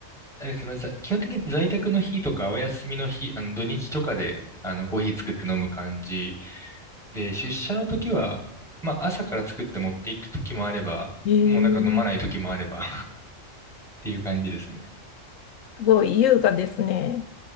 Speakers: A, in the centre; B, on the left (about 75°).
A: あれですね、まず、基本的に在宅の日とかお休みの日、あの、土日とかで、あの、コーヒー作って飲む感じで、出社の時は、まあ、朝から作って持っていく時もあれば、
B: へえ、
A: もうなんか飲まない時もあれば <laughs> っていう感じですね。
B: すごい優雅ですね。